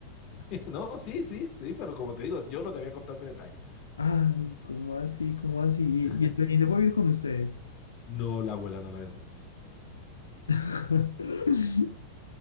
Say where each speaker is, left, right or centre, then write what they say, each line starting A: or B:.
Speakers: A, on the left; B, on the left.
A: <laughs> No, sí, sí, sí, pero como te digo, yo no te había contado ese detalle.
B: Ay, ¿cómo así? ¿Cómo así?
A: <laughs>
B: ¿Y, y entonces se fue a vivir con ustedes?
A: No, la abuela no la dejó.
B: <laughs>